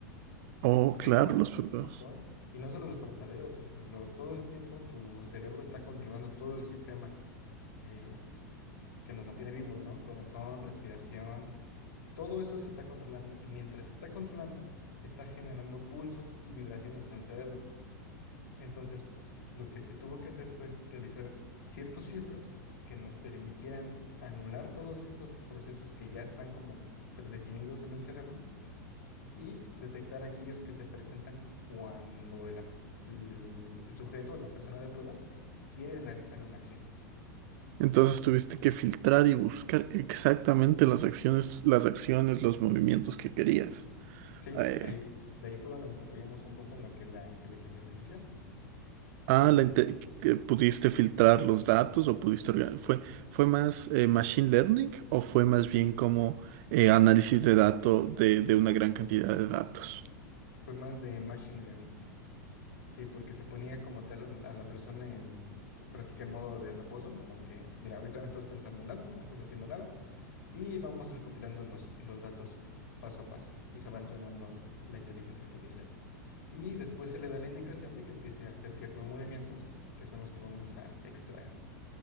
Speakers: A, on the right (about 55°); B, on the left (about 80°).
A: Oh,
B: afectaba
A: claro, los
B: un
A: problemas.
B: montón. Y no solo los parpadeos, por ejemplo, todo el tiempo tu cerebro está controlando todo el sistema eh, que nos mantiene vivos, ¿no? Corazón, respiración, todo eso se está controlando. Y mientras se está controlando, está generando pulsos y vibraciones en el cerebro. Entonces, lo que se tuvo que hacer fue realizar ciertos filtros que nos permitieran anular todos esos procesos que ya están como predefinidos en el cerebro y detectar aquellos que se presentan cuando el, as- el- el sujeto, la persona de pruebas, quiere realizar una acción.
A: Entonces tuviste que filtrar y buscar exactamente las acciones, las acciones, los movimientos que querías.
B: Sí,
A: Eh,
B: ahí, de ahí fue donde nos apoyamos un poco en lo que es la inteligencia artificial,
A: Ah,
B: para
A: la
B: que
A: inte- que ¿pudiste filtrar los datos o pudiste organ- ¿Fue, fue más eh, machine learning o fue más bien como eh, análisis de datos de, de una gran cantidad de datos?
B: fue más de machine learning. Sí, porque se ponía como tal en- a la persona en, co- ahora sí que en modo de reposo, como que, mira, ahorita no estás pensando en nada, no estás haciendo nada, y vamos recopilando los, los datos paso a paso, y se va entrenando la inteligencia artificial. y después se le da la indicación de que empiece a hacer ciertos movimientos que son los que vamos a extraer.